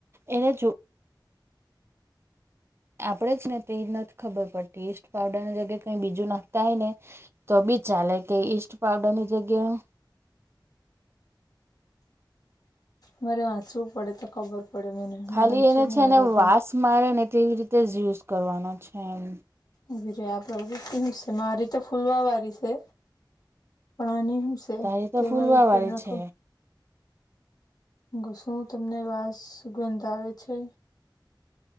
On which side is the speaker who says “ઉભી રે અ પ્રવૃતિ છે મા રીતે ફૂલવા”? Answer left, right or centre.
Left